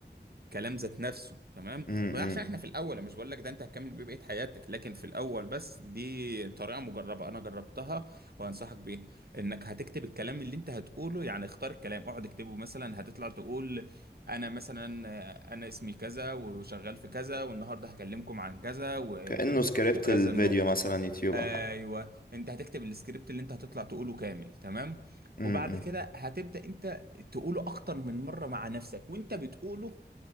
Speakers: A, on the right; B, on the left.
A: كلام ذات نفسه تمام
B: امم
A: وعشان احنا في الاول أنا مش بقول لك ده انت هتكمل بيه بقيه حياتك لكن في الاول بس دي طريقه مجربه انا جربتها وانصحك بيها انك هتكتب الكلام اللي انت هتقوله يعني اختار الكلام اقعد اكتبه مثلا هتطلع تقول انا مثلا آه، انا اسمي كذا وشغال في كذا والنهارده هكلمكم عن كذا و...
B: كأنه سكريبت
A: وكذا
B: الفيديو
A: النقط
B: مثلا يوتيوب او
A: ايوه
B: حاجة
A: انت هتكتب السكريبت اللي انت هتطلع تقوله كامل تمام
B: امم
A: وبعد كده هتبدا انت تقوله اكتر من مره مع نفسك وانت بتقوله